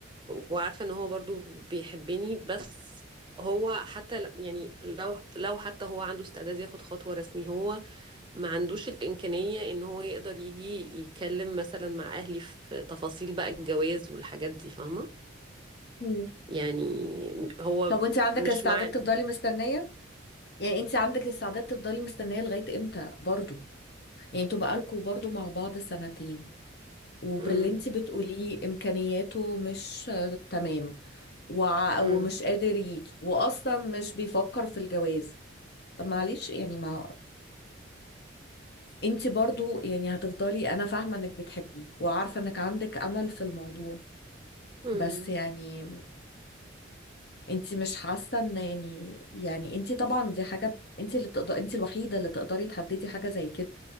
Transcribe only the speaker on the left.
مم.
طب وانت عندك
استعداد
تفضلي مستنيه يعني انت عندك استعداد تفضلي مستنيه لغايه امتى برضو يعني انتوا بقالكوا برضو مع بعض سنتين وباللي
انت بتقوليه امكانياته مش آه، تمام وع-
ومش قادر يجي واصلا مش بيفكر في الجواز طب معلش يعني ما انت برضو يعني هتفضلي انا فاهمة انك بتحبيه وعارفة انك عندك امل في الموضوع
بس يعني انت مش حاسة ان يعني يعني انت طبعا دي حاجة انت اللي تقدر انت الوحيدة اللي تقدري تحددي حاجة زي كده